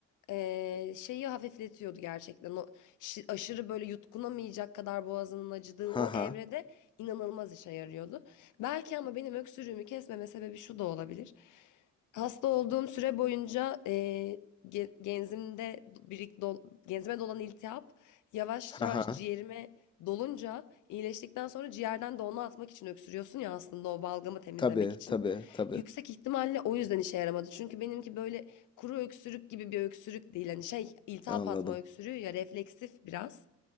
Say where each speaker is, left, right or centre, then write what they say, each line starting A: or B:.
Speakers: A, on the left (about 80°); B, on the left (about 15°).
A: ee, şeyi hafifletiyordu gerçekten. O şi- aşırı böyle yutkunamayacak kadar boğazının acıdığı o
B: Ha ha.
A: evrede inanılmaz işe yarıyordu. Belki ama benim öksürüğümü kesmeme sebebi şu da olabilir. Hasta olduğum süre boyunca ee, ge- genzimde birik dol- genzime dolan iltihap yavaş
B: Ha
A: yavaş
B: ha.
A: ciğerime dolunca iyileştikten sonra ciğerden de onu atmak için öksürüyorsun ya aslında o balgamı temizlemek
B: Tabii
A: için.
B: tabii tabii.
A: Yüksek ihtimalle o yüzden işe yaramadı. Çünkü benimki böyle kuru öksürük gibi bir öksürük değil. Hani şey iltihap
B: Anladım.
A: atma öksürüğü ya refleksif biraz.